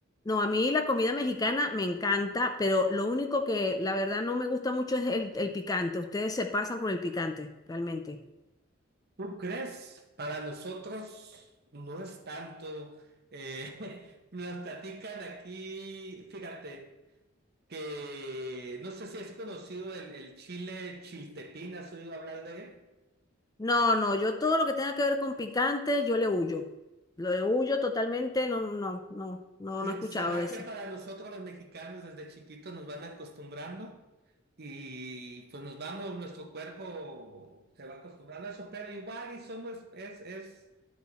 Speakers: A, on the left; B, on the right.
A: No, a mí la comida mexicana me encanta, pero lo único que la verdad no me gusta mucho es el, el picante. Ustedes se pasan con el picante, realmente.
B: ¿Tú crees? Para nosotros no es tanto. eh, <laughs> nos platican aquí, fíjate, que no sé si es conocido el, el chile chiltepín, ¿has oído hablar de él?
A: No, no, yo todo lo que tenga que ver con picante, yo le huyo. Lo de huyo totalmente, no, no, no, no,
B: ¿Se-
A: no he escuchado
B: ¿Será
A: de
B: que
A: ese.
B: para
A: <laughs>
B: nosotros los mexicanos desde chiquitos nos van acostumbrando y pues nos vamos, nuestro cuerpo se va acostumbrando a eso, pero igual y somos, es, es